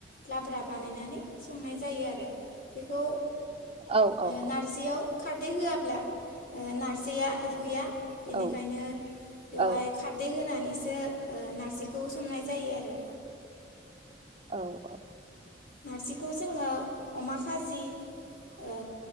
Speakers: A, on the left; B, on the right.
A: लाब्रा बानायनानै संनाय जायो आरो बेखौ
B: औ-औ-औ
A: ओ नारजियाव खारदै होआब्ला ओ नारजिया रुइया बेनिखायनो
B: औ
A: बेवहाय
B: औ
A: खारदै होनानैसो नारजिखौबो संनाय जायो आरो
B: औ-औ
A: नारजिखौ जोङो अमा खाजि ओ